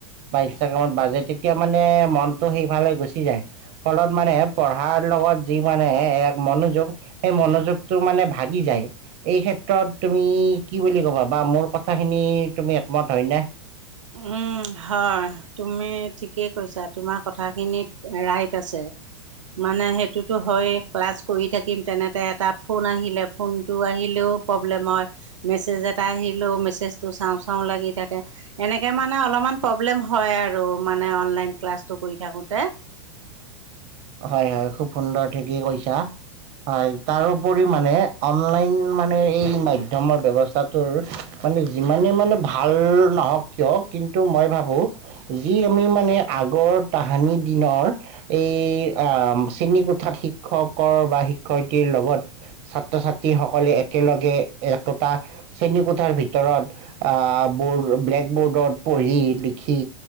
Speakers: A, on the right; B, on the right.
A: বা ইনষ্টাগ্ৰামত বাজে তেতিয়া মানে মনতটো সেইফালে গুচি যায় ফলত মানে পঢ়াৰ লগত যি মানে এক মনোযোগ সেই মনোযোগটো মানে ভাগি যায় এই ক্ষেত্ৰত তুমি কি বুলি ক'বা বা মোৰ কথাখিনি তুমি একমত হয় ন
B: উম হয় তুমি ঠিকেই কৈছা তোমাৰ কথাখিনিত ৰাইট আছে মানে সেইটোতো হয় ক্লাছ কৰি থাকিম তেনেতে এটা ফোন আহিলে ফোনটো আহিলেও প্ৰব্লেম হয় মেছেজ এটা আহিলেও মেছেজটো চাওঁ চাওঁ লাগি থাকে এনেকে মানে অলপমান প্ৰব্লেম হয় আৰু মানে অনলাইন ক্লাছটো কৰি থাকোতে
A: হয় হয় খুব সুন্দৰ ঠিকেই কৈছা হয় তাৰোপৰি মানে অনলাইন মানে এই মাধ্যমৰ ব্যৱস্থাটোৰ মানে যিমানেই মানে ভাল নহওক কিয় কিন্তু মই ভাবোঁ যি আমি মানে আগৰ তাহানি দিনৰ এই শ্ৰেণীকোঠাত শিক্ষকৰ বা শিক্ষয়িত্ৰীৰ লগত ছাত্ৰ ছাত্ৰীসকলে একেলগে একোটা শ্ৰেণীকোঠাৰ ভিতৰত বৰ্ড ব্লেক বোৰ্ডত পঢ়ি লিখি